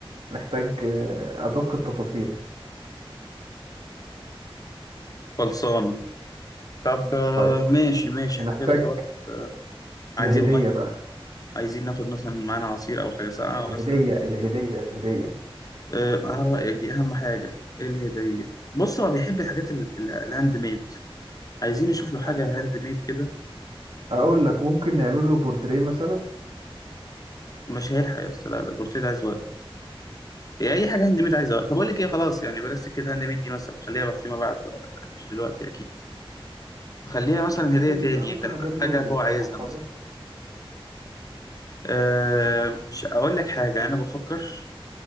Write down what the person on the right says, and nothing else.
محتاج آه، ادق التفاصيل
طيب
هنحتاج
الهديه بقى
الهديه
الهديه الهديه
الهاند ميد
اقول لك ممكن نعمل له بورتريه مثلا
ممكن
انا ممكن
اجيب
له
محفظه